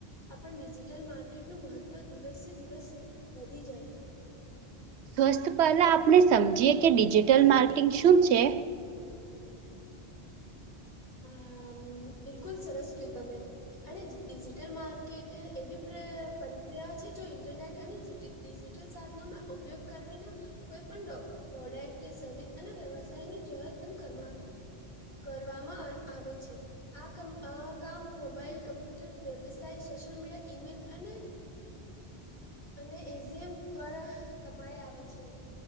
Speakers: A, on the left (about 45°); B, on the right (about 90°).
A: આપણ ડિજિટલ માર્કેટનું મહત્વ. દિવસે દિવસ વધી જાય.
B: સ્વસ્થ પહેલાં આપણે સમજીએ કે ડિજિટલ માર્કિંગ શું છે.
A: આમ બિલકુલ સરસ કયુ તમે. અને ડિજિટલ માર્કેટ એવી પ્ર પરિક્રિયા છે જો ઇન્ટરનેટ અને જીટી ડિજિટલ સાઘનો મા ઉપયોગ કરવીને. કોઈ પણ ડ પ્રોડક્ટ સર્વિસ અને વ્યવસાયની જરૂરત અને કરમા. કરવામાં આવે છે. આ કમ આ કામ મોબાઈલ કમ્પ્યુટર વ્યવસાય સોશિયલ મીડિયા ઈમેલ અને અને એજીએમ દ્વારા કમાયા આવે છે.